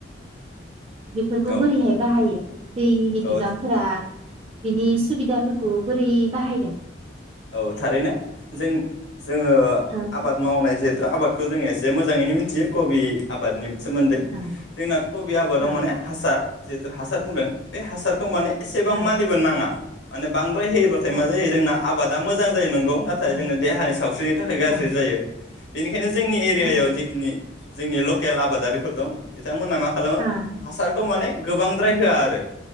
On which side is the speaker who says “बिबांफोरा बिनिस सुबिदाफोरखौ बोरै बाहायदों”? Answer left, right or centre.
Right